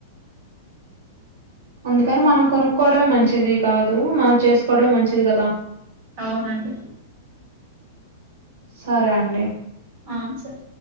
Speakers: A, on the right; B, on the right.
A: అందుకని మనం కొనుక్కోవడమే మంచిది కాదు మనం చేసుకోవడమే మంచిది కదా
B: అవునండి
A: సరే అండి
B: ఆమ్ సరే